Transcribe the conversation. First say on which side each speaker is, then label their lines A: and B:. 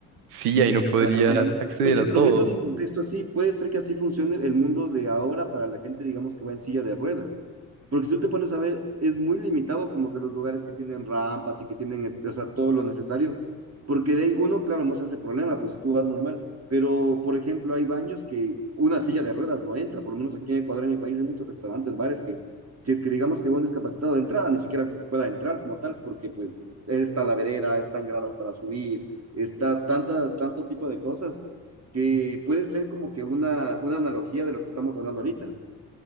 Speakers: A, on the right; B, on the right.
A: Sí, ahí no podría
B: Claro.
A: acceder
B: Oye,
A: a
B: pero
A: todo.
B: viéndolo en contexto así, puede ser que así funcione el mundo de ahora para la gente, digamos, que va en silla de ruedas. Porque si tú te pones a ver, es muy limitado como que los lugares que tienen rampas y que tienen, eh, o sea, todo lo necesario. Porque de ahí uno, claro, no se hace problema, pues si tú vas normal. Pero, por ejemplo, hay baños que una silla de ruedas no entra. Por lo menos aquí en Ecuador, en mi país, hay muchos restaurantes, bares que, si es que digamos que va un discapacitado de entrada, ni siquiera creo que pueda entrar como tal, porque pues está la vereda, están gradas para subir está tanta, tanto tipo de cosas que puede ser como que una, una analogía de lo que estamos hablando ahorita.